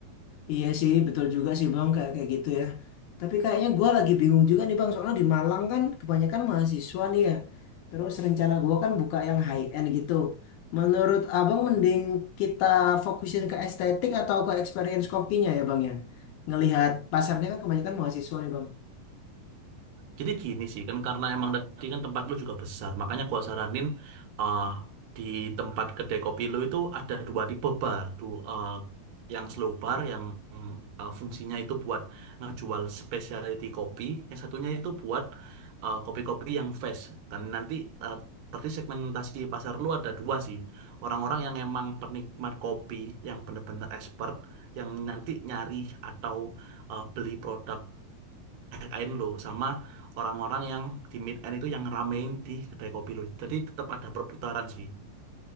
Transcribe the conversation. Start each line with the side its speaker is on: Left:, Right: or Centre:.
Left: Iya sih, betul juga sih Bang, kayak kayak gitu ya. Tapi kayaknya gua lagi bingung juga nih Bang, soalnya di Malang kan kebanyakan mahasiswa nih ya. Terus rencana gua kan buka yang high end gitu. Menurut Abang mending kita fokusin ke estetik atau ke experience kopinya ya Bang ya? Ngelihat pasarnya kan kebanyakan mahasiswa nih Bang.
Right: Jadi gini sih, kan karena emang tadi kan tempat lu juga besar, makanya gua saranin uh, di tempat kedai kopi lu itu ada dua tipe bar, dua, uh, yang slow bar yang uh, fungsinya itu buat ngejual specialty kopi, yang satunya itu buat uh, kopi-kopi yang fresh. Dan nanti uh, berarti segmentasi pasar lu ada dua sih, orang-orang yang emang penikmat kopi, yang bener-bener expert, yang nanti nyari atau uh, beli produk kain lo sama orang-orang yang di mid end itu yang ngeramein di kedai kopi lo. Jadi tetap ada perputaran sih.